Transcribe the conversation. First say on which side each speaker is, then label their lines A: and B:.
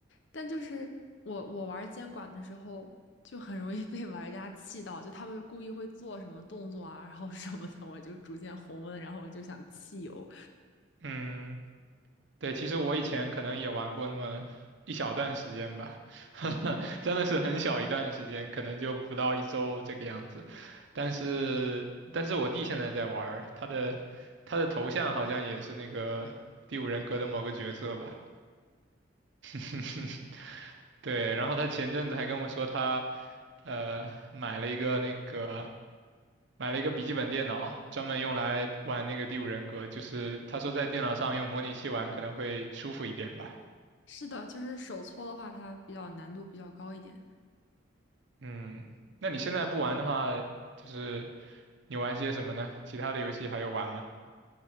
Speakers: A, on the left; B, on the right.
A: 但就是我我玩监管的时候，就很容易被玩家气到，就他们故意会做什么动作啊，然后什么的，我就逐渐红温，然后我就想弃游。
B: 嗯，对，其实我以前可能也玩过那么一小段时间吧，<laughs> 真的是很小一段时间，可能就不到一周这个样子。但是，但是我弟现在在玩儿他的他的头像好像也是那个《第五人格》的某个角色吧。<laughs> 对，然后他前阵子还跟我说他，呃，买了一个那个买了一个笔记本电脑，专门用来玩那个《第五人格》，就是他说在电脑上用模拟器玩可能会舒服一点吧。
A: 是的，就是手搓的话，它比较难度比较高一点。
B: 嗯，那你现在不玩的话，就是你玩些什么呢？其他的游戏还有玩吗？